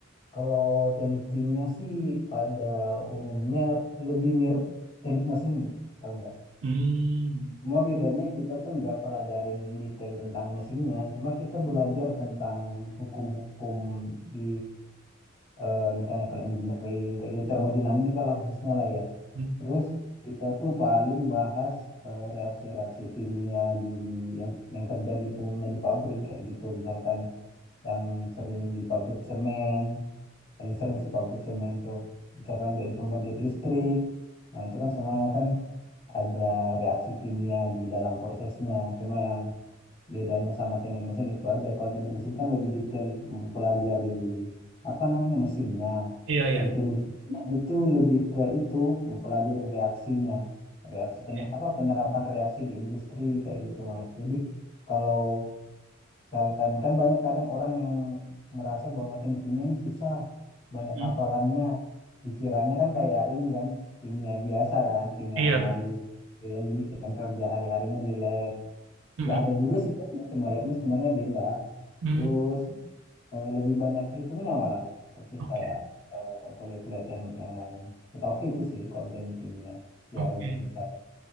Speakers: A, on the left (about 30°); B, on the right (about 65°).
A: Kalau teknik kimia sih pada umumnya lebih mirip teknik mesin, kalau enggak.
B: Hmm.
A: Cuma bedanya kita tuh nggak pelajarin detail tentang mesinnya, cuma kita belajar tentang hukum-hukum di eh, mechanical engineering, kayak gitu, termodinamika lah khususnya lah ya.
B: Hmm.
A: Terus kita tuh paling bahas eh, reaksi-reaksi kimia di yang yang terjadi umumnya di pabrik kayak gitu. Misalkan yang sering di pabrik semen, paling sering sih pabrik semen tuh. Misalkan jadi pembangkit listrik. Nah, itu kan semuanya kan ada reaksi kimia di dalam prosesnya. Cuma yang bedanya sama teknik mesin itu aja kalau teknik mesin kan lebih detail mempelajari apa namanya mesinnya
B: Iya,
A: kalau
B: ya,
A: teknik kimia itu lebih ke itu mempelajari reaksinya reaksi pen-
B: Iya.
A: apa penerapan reaksi di industri kayak gitu mas jadi kalau misalkan kan banyak kadang orang yang merasa bahwa teknik kimia ini susah banyak
B: Hmm.
A: hafalannya dikiranya kan kayak ini kan kimia biasa kan kimia
B: Iya.
A: analis yang di yang kerja hari-harinya di lab
B: Hmm.
A: Ya ada juga sih, labnya, cuma labnya sebenarnya beda.
B: Hmm.
A: Terus
B: hmm.
A: eh, lebih banyak hitungnya malah, persis
B: Oke,
A: kayak eh, kuliah-kuliah teknik yang lain. Setahu itu sih kalau teknik kimia secara
B: oke.
A: garis besar.